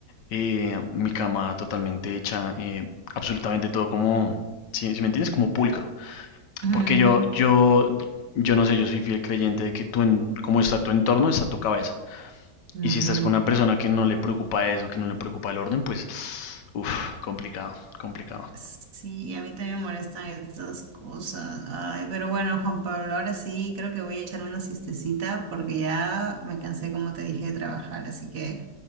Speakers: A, on the left; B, on the right.
A: eh, mi cama totalmente hecha, eh, absolutamente todo como, si, si me entiendes, como pulcro.
B: ujú,
A: Porque yo, yo, yo no sé, yo soy fiel creyente de que tú, en, como está tu entorno, está tu cabeza.
B: ujú,
A: Y si estás con una persona que no le preocupa eso, que no le preocupa el orden, pues, uff, complicado, complicado.
B: Sí, a mí también me molestan esas cosas. Ay, pero bueno, Juan Pablo, ahora sí creo que voy a echarme una siestecita porque ya me cansé, como te dije, de trabajar. Así que